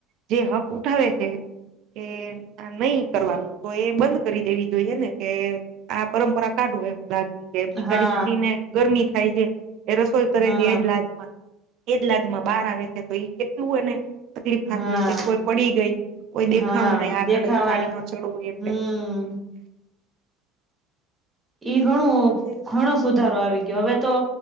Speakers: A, on the right (about 60°); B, on the right (about 15°).
A: જે હક ઉઠાવે છે કે આ નહી કરવાનું તો એ બંધ કરી દેવી જોઈએ આ પરંપરા કાઢું એમ લાજ કે બિચારી
B: હા
A: સ્ત્રીને ગરમી થાય છે એ રસોઈ કરે
B: હા
A: છે એજ લાજમાં એજ લાજ માં બહાર આવે છે તો ઈ કેટલું અને તકલીફ થતી
B: હા
A: જશે કોઈ પડી ગઈ કોઈ દેખાણું
B: હા
A: નહી આગળ
B: દેખાવા
A: સાડીનો છેડો હોય એટલે
B: હમ એ ઘણું
A: હમ
B: ઘણ- સુધારો આવી ગયો હવે તો